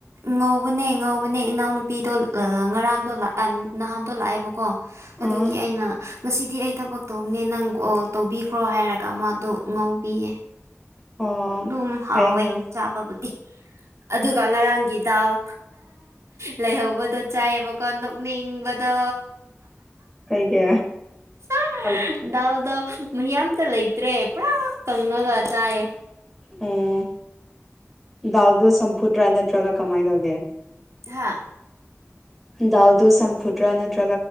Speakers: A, on the right (about 80°); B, in the centre.
A: ꯉꯧꯕꯅꯦ ꯉꯧꯕꯅꯦ ꯏꯅꯥꯎꯅꯨꯄꯤꯗꯣ ꯑ ꯉꯔꯥꯡꯗꯣ ꯅꯍꯥꯟꯗꯣ ꯂꯥꯛꯑꯦꯕꯀꯣ ꯑꯗꯨꯒꯤ
B: ꯑꯥ
A: ꯑꯩꯅ ꯉꯁꯤꯗꯤ ꯑꯩ ꯊꯕꯛ ꯇꯧꯕꯅꯦ ꯅꯪ ꯀꯣꯜ ꯇꯧꯕꯤꯈ꯭ꯔꯣ ꯍꯥꯏꯔꯒ ꯃꯥꯗꯣ ꯉꯥꯎꯕꯤꯌꯦ
B: ꯑꯣ
A: ꯝ ꯍꯥꯎꯋꯦ
B: ꯐꯩꯅ
A: ꯆꯥ ꯄꯕꯨꯗꯤꯤ ꯑꯗꯨꯒ ꯉꯔꯥꯡꯒꯤ ꯗꯥꯎꯜ ꯂꯩꯍꯧꯕꯗꯣ ꯆꯥꯏꯑꯕꯀꯣ ꯅꯣꯛꯅꯤꯡꯕꯗꯣ
B: ꯀꯩꯒꯤ
A: ꯑ
B: ꯑꯣ
A: ꯗꯜꯗ ꯃꯌꯥꯝꯇ ꯂꯩꯇ꯭ꯔꯦ ꯄꯨꯔꯥ ꯀꯪꯉꯒ ꯆꯥꯏꯌꯦ
B: ꯑꯣ ꯗꯥꯎꯗꯣ ꯆꯝꯐꯨꯠꯇ꯭ꯔꯥ ꯅꯠꯇ꯭ꯔꯒ ꯀꯃꯥꯏꯅ ꯇꯧꯒꯦ
A: ꯍꯥ
B: ꯗꯎꯗꯨ ꯁꯝꯐꯨꯗ꯭ꯔꯥ ꯅꯠꯇ꯭ꯔ